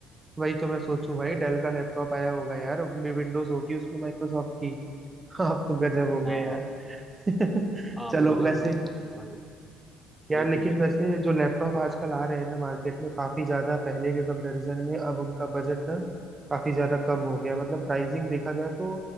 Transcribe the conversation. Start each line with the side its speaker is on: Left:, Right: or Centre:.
Right: वही तो मैं सोचूं भाई डेल का लैपटॉप आया होगा यार विंडोज होगी उसमें माइक्रोसॉफ्ट की <laughs> आप तो गजब हो गए
Centre: हाँ
Right: यार <laughs>
Centre: हाँ
Right: चलो
Centre: विंडोज
Right: वैसे
Centre: माइक्रोसॉफ्ट भाई
Right: यार
Centre: बिल्कुल
Right: लेकिन
Centre: बिल्कुल
Right: वैसे जो लैपटॉप आजकल आ रहे हैं ना मार्केट में काफी ज्यादा पहले के कंपैरिजन में अब उनका बजट ना काफी ज्यादा कम हो गया मतलब प्राइसिंग देखा जाए तो